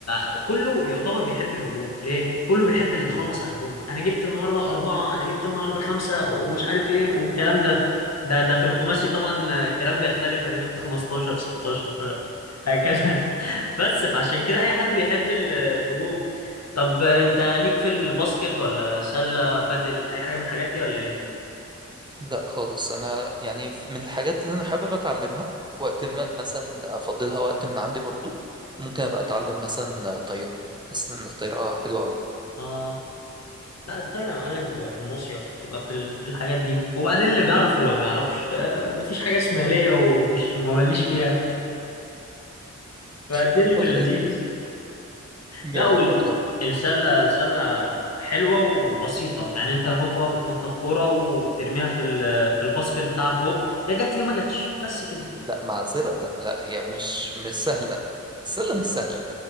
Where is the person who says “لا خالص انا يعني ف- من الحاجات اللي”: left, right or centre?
Right